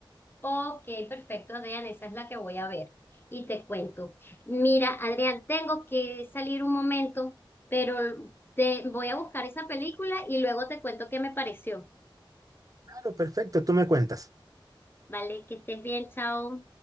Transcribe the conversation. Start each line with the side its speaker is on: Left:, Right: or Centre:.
Left: Ok, perfecto, Adrián, esa es la que voy a ver y te cuento. Mira, Adrián, tengo que salir un momento, pero te voy a buscar esa película y luego te cuento qué me pareció.
Right: Claro, perfecto. Tú me cuentas.
Left: Vale, que estés bien, chao.